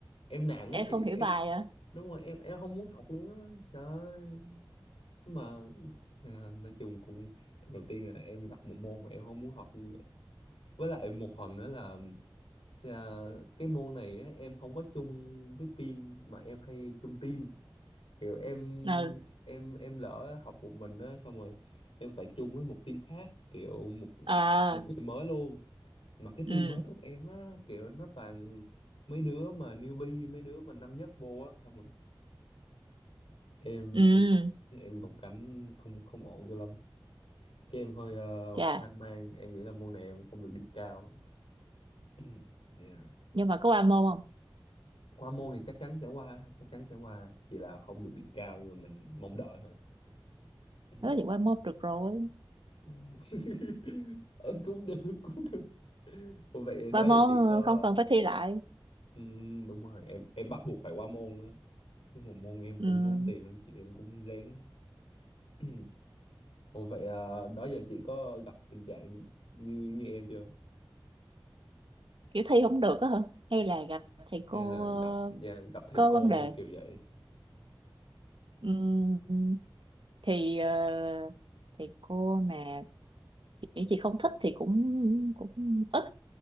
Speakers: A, on the left; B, on the right.
A: em nản
B: em
A: á chị
B: không hiểu
A: em
B: bài à
A: đúng rồi em em không muốn học luôn á trời ơi Nhưng mà à, nói chung cũng lần đầu tiên là em gặp một môn mà em không muốn học như vậy với lại một phần nữa là sa- cái môn này á, em không có chung với team mà em hay chung team kiểu em
B: ừ
A: em em lỡ học một mình á xong rồi em phải chung với một team khác kiểu một
B: à
A: những người mới luôn mà cái
B: ừ
A: team mới của em á kiểu nó toàn mấy đứa mà newbie mấy đứa mà năm nhất vô á xong rồi em
B: ừ
A: em gồng- em gồng cánh không không ổn cho lắm cái em hơi ờ,
B: chà
A: hoang mang em nghĩ là môn này em không được điểm cao <clears throat> yeah.
B: nhưng mà có qua môn không
A: qua môn thì chắc chắn sẽ qua chắc chắn sẽ qua chỉ là không được điểm cao nhưng mà mình mong đợi thôi <clears throat>
B: nói thì qua môn được rồi
A: Ừ. <laughs> Ờ, cũng được cũng được Ủa vậy
B: qua
A: đó
B: môn
A: giờ chị
B: ờ,
A: có
B: không cần phải thi lại
A: ừ, đúng rồi em em bắt buộc phải qua môn đó Chứ một môn em cũng
B: ừ,
A: ngốn tiền lắm chị em cũng rén lắm. <clears throat> Ồ vậy à, đó giờ chị có gặp tình trạng như như em chưa?
B: kiểu thi không được á hả hay là gặp thầy cô
A: Hay là
B: ờ,
A: gặp dạ, gặp thầy
B: có
A: cô
B: vấn đề
A: kiểu vậy?
B: Ừm, thì ờ, thì cô mà kiểu chị không thích thì cũng cũng ít